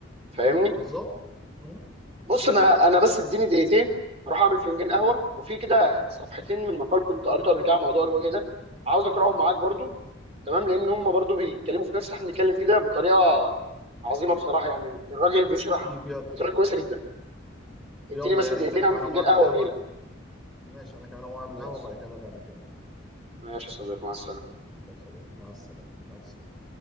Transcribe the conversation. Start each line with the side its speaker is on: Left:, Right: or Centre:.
Right: فاهمني
Centre: بالظبط مم.
Right: بص انا انا بس اديني دقيقتين اروح اعمل فنجان قهوه وفي كده صفحتين من مقال كنت قريته قبل كده على موضوع الهويه ده عاوز اقراهم معاك برضو تمام لان هم برضو بيتكلموا في نفس اللي احنا بنتكلم فيه ده بطريقه عظيمه بصراحه يعني الراجل بيشرح
Centre: طيب يا
Right: بطريقه كويسه جدا
Centre: يلا
Right: اديني بس
Centre: يا
Right: دقيقتين
Centre: ريت انا
Right: اعمل
Centre: كمان
Right: فنجان
Centre: اقوم اعمل
Right: قهوه
Centre: قهوة
Right: واجي لك
Centre: ماشي انا كمان اقوم اعمل
Right: خلاص
Centre: قهوة وبعد كده نرجع نكمل
Right: ماشي يا صديقي
Centre: ماشي
Right: مع السلامه
Centre: قشطة يا صديقي مع السلامة مع السلامة